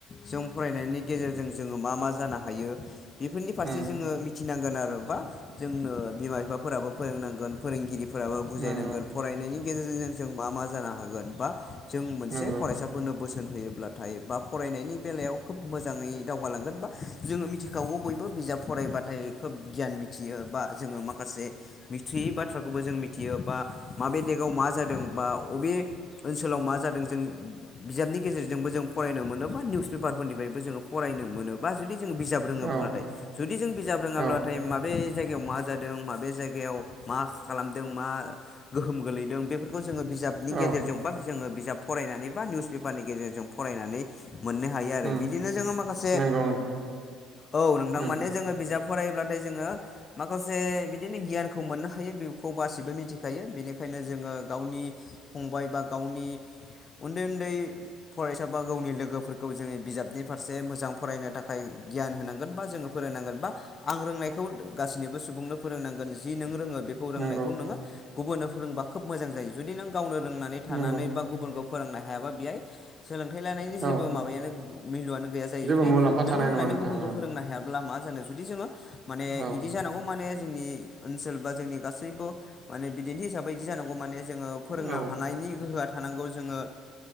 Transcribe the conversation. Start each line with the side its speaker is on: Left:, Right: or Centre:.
Left: जों फरायनायनि गेजेरजों जोङो मा मा जानो हायो। बेफोरनि फारसे
Right: उम
Left: जोङो मिथि मिथिनांगोन आरो बा जोंनो बिमा बिफाफोराबो फोरोंनांगोन फोरोंगिरि फोराबो बुजायनांगोन
Right: नंगौ
Left: फरायनायनि गेजेरजों जों मा मा जानो हागोन बा जों मोनसे
Right: नंगौ
Left: फरायसाफोरनो बोसोन होयोब्लाथाय बा फरायनायनि बेलायाव खोब मोजाङै दावगालांगोन बा जोङो मिथिखागौ बयबो बिजाब फरायबाथाय खोब गियान मिथियो बा जोङो माखासे मिथियै बाथ्राखौबो जों मिथियो बा माबे देगाव मा जादों बा बबे ओनसोलाव मा जादों जों बिजाबनि गेजेरजोंबो जों फरायनो मोनोब बा निउसेपार पेपारफोरनिफ्रायबो जोङो फरायनो मोनो बा जुदि जों बिजाब रोङोब्लाथाय
Right: औ
Left: जुदि जों बिजाब रोङाब्लाथाय
Right: औ
Left: माबे बे जायगायाव मा जादों माबे जायगायाव मा खालामदों मा गोहोम गोलैदों बेफोरखौ जोङो बिजाबनि
Right: औ
Left: गेजेरजों बा जोङो बिजाब फरायनानै बा निउसपेपारनि गेजेरजों फरायनानै मोननो हा आरो
Right: उम
Left: बिदिनो जोङो माखासे
Right: नंगौ नोंथां
Left: औ नोंथां
Right: उम
Left: माने जोङो बिजाब फरायोब्लाथाय जोङो माखासे बिदिनो गियानखौ मोननो हायो बेखौ गासिबो मिथिखायो बेनिखायनो जोङो गावनि फंबाय बा गावनि उन्दै उन्दै फरायसा बा गावनि लोगोफोरखौ खौ जोङो बिजाबनि फारसे मोजां फरायनो थाखाय गियान होनांगोन बा जोङो फोरोंनांगोन बा आं रोंनायखौ गासैसिनिबो सुबुंनो फोरोंनांगोन जि नों रोङो। बेखौ रोंनायखौ
Right: नंगौ
Left: नोङो गुबुननो फोरोंबा खोब मोजां जायो जुदि नों गावनो रोंनानै थानानै
Right: नंगौ
Left: बा गुबुनखौ फोरोंनो हायाबा बेहाय सोलोंथाइ लानायनि जे
Right: औ
Left: भेलुवानो गैया जायो
Right: जेबो
Left: जुदि
Right: मुलाम्फा
Left: नों
Right: थानाय
Left: रोंनानै
Right: नङा नोंथां
Left: गुबुनखौ
Right: औ
Left: फोरोंनो हाया मा जानो जुदि जोङो माने
Right: औ
Left: इदि जानांगौ माने जोंनि ओनसोल बा जोंनि गासैबो माने बिदिन्थि हिसाबै बिदि जानांगौ माने जोङो फोरोंनो
Right: औ
Left: हानायनि गोहोआ थानांगौ जोङो